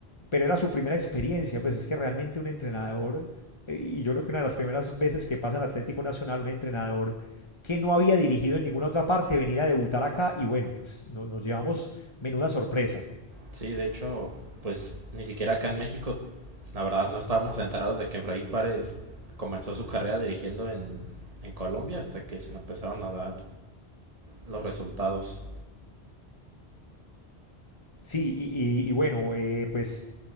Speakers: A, on the left; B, on the right.
A: pero era su primera experiencia, pues es que realmente un entrenador, eh, y yo creo que una de las primeras veces que pasa en Atlético Nacional, un entrenador que no había dirigido en ninguna otra parte, venir a debutar acá, y bueno, pues no- nos llevamos menuda sorpresa.
B: Sí, de hecho, pues ni siquiera acá en México, la verdad, no estábamos enterados de que Efraín Juárez comenzó su carrera dirigiendo en, en Colombia hasta que se le empezaron a dar los resultados.
A: Sí, y, y- y bueno, eh, pues